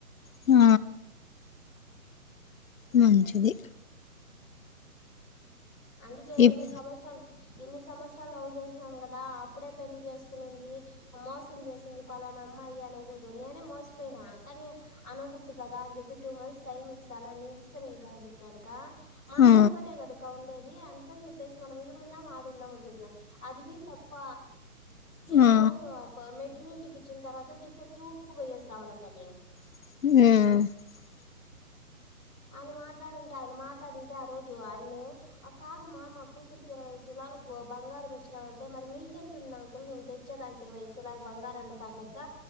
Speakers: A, on the left; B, in the centre.
A: ఆ మంచిది
B: అందుకే
A: ఇప్
B: ఇన్ని సంవత్సరాలు ఇన్ని సంవత్సరాలు లవ్ చేసినాను కదా అప్పుడే పెళ్లి చేసుకునింది మోసం చేసింది పలానా అమ్మాయి అనకూడదు నేనే మోసిపోయినా కానీ అనకూడదు కదా అని చెప్పి టూ మంత్స్ టైమ్ ఇస్తాను నీ ఇష్టం ఇంకా అని చెప్పినానుక మన
A: ఆ
B: మొక్క త కద బ ఉండేది అందుకని చెప్పేసి మనం ఈడుందాం ఆడుందాం అని చెప్పినం అది బ తప్ప ఇ
A: ఆ
B: మ ఇటిని ఇంటికి ఇచ్చిన తర్వాత చుట్ట చూపుకకు పోయేసి రావాలంటా నేను
A: అ
B: ఆయన మాట్లాడుంటే ఆయన మాట్లాడుంటే ఆ రోజు ఆయన్ని ఆ కాదమ్మా మా కూతురికి ఇరవై ఐదు తులాలు బంగారం ఇచ్చినా అంటే మరి మీకెంతతుంది అంకులు నేను తెచ్చాదిానికి ఇరవై ఐదు తులాలు బంగార అన్ని పనాక